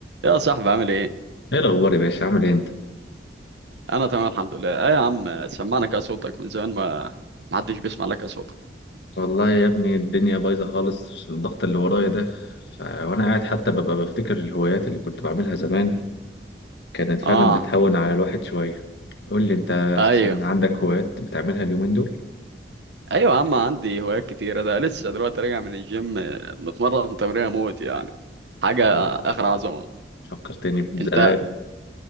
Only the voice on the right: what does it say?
يا صاحبي عامل ايه؟
انا تمام الحمد لله ايه يا عم سمعنا كده صوتك من زمان ما ما حدش بيسمع لك يا صوتك
اه
ايوه
ايوه يا عم عندي هوايات كتيرة ده لسه دلوقتي راجع من الجيم آه، متمرن تمرين موت يعني حاجة
اخر عظمة
انت